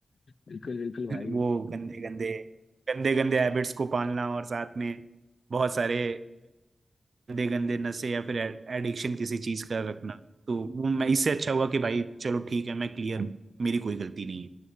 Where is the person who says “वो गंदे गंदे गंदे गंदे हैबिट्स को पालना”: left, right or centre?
Right